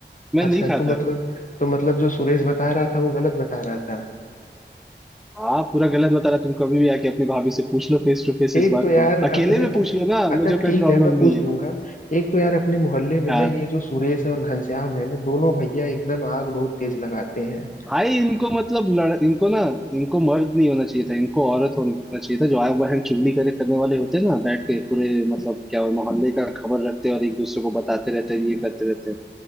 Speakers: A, in the centre; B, on the left.
A: मैं
B: अच्छा
A: नहीं खाता
B: तो मतलब तो मतलब जो सुरेश बता रहा था वो गलत बता रहा था
A: आप पूरा गलत बता रहा तुम कभी भी आके अपनी भाभी से पूछ लो फेस टू फेस
B: एक
A: इस बात
B: तो यार
A: को अकेले
B: अपने
A: में पूछ लो ना
B: अच्छा
A: मुझे कोई
B: ठीक
A: प्रॉब्लम
B: है मैं पूछ
A: नहीं है
B: लूंगा एक तो यार अपने मोहल्ले में
A: हाँ
B: ना ये जो सुरेश और घनश्याम है ना दोनों भैया एकदम आग बहुत तेज लगाते हैं
A: भाई इनको मतलब लड़ इनको ना इनको मर्द नहीं होना चाहिए था इनको औरत होना चाहिए था जो आए बहन चुगली करे करने वाले होते हैं ना बैठ के पूरे मतलब क्या वो मोहल्ले का खबर रखते हैं और एक दूसरे को बताते रहते हैं ये करते रहते हैं